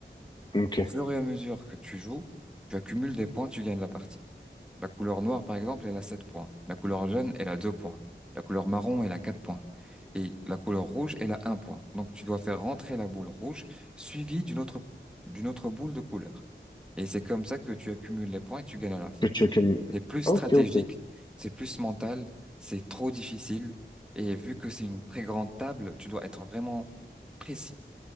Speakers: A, on the left (about 25°); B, in the centre.
A: Ok.
B: Au fur et à mesure que tu joues, tu accumules des points, tu gagnes la partie. La couleur noire, par exemple, elle a 7 points. La couleur jaune, elle a 2 points. La couleur marron, elle a 4 points. Et la couleur rouge, elle a un point. Donc tu dois faire rentrer la boule rouge suivie d'une autre d'une autre boule de couleur. Et c'est comme ça que tu accumules les points et tu gagnes à la fin.
A: Que tu, que...
B: C'est plus stratégique,
A: Ok, ok,
B: c'est plus mental, c'est trop difficile. Et vu que c'est une très grande table, tu dois être vraiment précis.